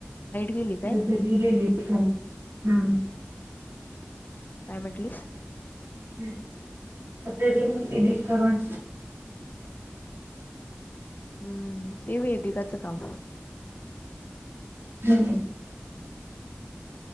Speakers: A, on the left; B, on the right.
A: गेली काय
B: हम्म <inaudible>
A: काय म्हटलीस?
B: हम्म <unintelligible> एडिट करून
A: हम्म ते वेदिकाच काम.
B: हुं